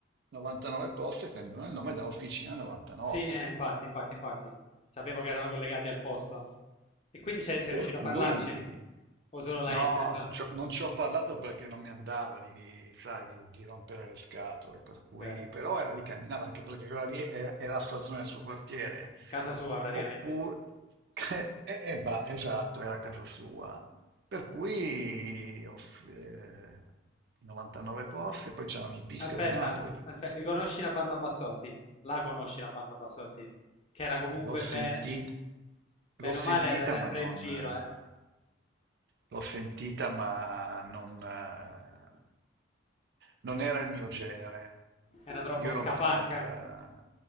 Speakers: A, on the right (about 55°); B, on the left (about 35°).
A: 99 poste prendono il nome da Officina 99.
B: Sì, eh, infatti, infatti, infatti. Sapevo che erano collegati al posto. E quindi sei, sei
A: Per
B: riuscito
A: cui
B: a parlarci? O solo l'hai
A: no,
B: stretto?
A: non ci ho non ci ho parlato perché non mi andava di, di- sai, di- di rompere le scatole, per cui,
B: Beh,
A: però era lì, camminava anche perché quella lì è, è la sua zona, il suo quartiere.
B: casa sua praticamente.
A: Oppure, <laughs> eh, eh, bah, esatto, era a casa sua. Per cui off- eh, 99 posti, poi c'erano i Bisca
B: Aspetta,
A: di Napoli.
B: aspetta, riconosci la banda Bassotti? La conosci la banda Bassotti? Che era comunque
A: L'ho sentita,
B: bene, bene
A: l'ho
B: o
A: sentita,
B: male, era sempre
A: ma non,
B: il giro,
A: eh,
B: eh?
A: L'ho sentita, ma non, eh, non era il mio genere.
B: Era troppo
A: Io ero
B: scapanca.
A: abbastanza,